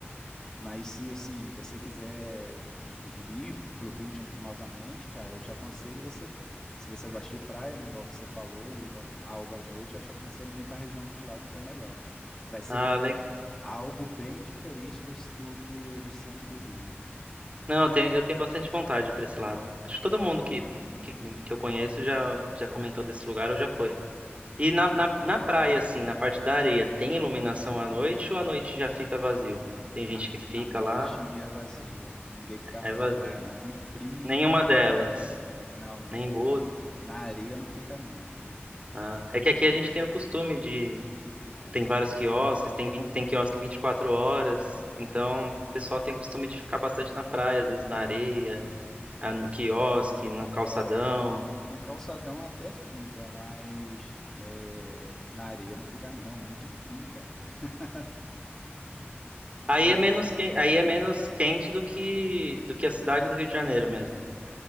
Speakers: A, on the left; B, on the right.
A: Mas se assim, você quiser vi- vir pro Rio de- novamente, cara, eu te aconselho você, se você gosta de praia, né, igual você falou, e a- algo à noite, eu te aconselho vir para a região dos lagos que é melhor, cara. Vai ser
B: Ah,
A: algo bem diferente do, c- do que do centro do Rio.
B: Não, eu tenho, eu tenho bastante vontade pra esse lado. Acho que todo mundo que, que, que eu conheço já, já comentou desse lugar ou já foi. E na, na, na praia, assim, na parte da areia, tem iluminação à noite ou à noite já fica vazio? Tem gente
A: A,
B: que fica
A: a noite
B: lá,
A: é vazio, ninguém fica
B: é
A: na
B: vazio.
A: praia não, muito frio,
B: Nenhuma
A: cara.
B: delas,
A: Não, não,
B: nem
A: não fica
B: boas.
A: não. Na areia não fica não, entendeu?
B: Ah, é que aqui a gente tem o costume de. Tem vários quiosques, tem, vin- tem quiosque 24 horas, então o pessoal tem o costume de ficar bastante na praia, às vezes na areia, ah, no quiosque, no calçadão.
A: No calçadão até fica, mas é, na areia não fica não, muito frio, cara. <laughs>
B: Aí
A: Mas
B: é menos que... aí é menos quente do que do que a cidade do Rio de Janeiro mesmo.